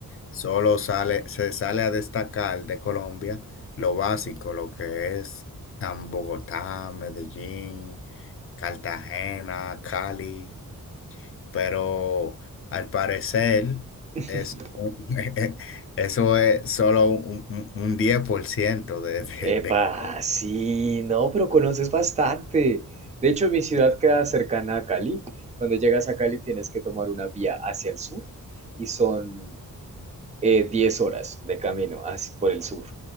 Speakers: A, on the left; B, on the right.
A: solo sale, se sale a destacar de Colombia lo básico, lo que es am, Bogotá, Medellín, Cartagena, Cali pero al parecer
B: <laughs>
A: es, un- <laughs> eso es solo un, un- un 10% de, de,
B: Epa,
A: de Colombia.
B: sí, no, pero conoces bastante. De hecho, mi ciudad queda cercana a Cali. Cuando llegas a Cali tienes que tomar una vía hacia el sur y son eh, 10 horas de camino hacia- por el sur.